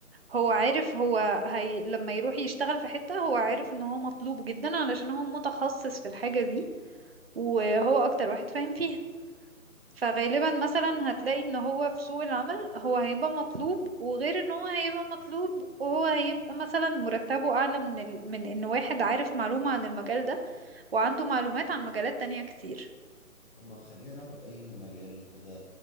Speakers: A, on the right; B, on the left.
A: هو عارف هو هي لما يروح يشتغل في حتة هو عارف ان هو مطلوب جدا علشان هو متخصص في الحاجة دي وهو اكتر واحد فاهم فيها فغالبا مثلا هتلاقي ان هو في سوق العمل هو هيبقى مطلوب وغير ان هو هيبقى مطلوب وهو هيبقى مثلا مرتبه اعلى من ال... من ان واحد عارف معلومة عن المجال ده وعنده معلومات عن مجالات تانية كتير
B: طب ما تخلينا ناخد أي مجال كده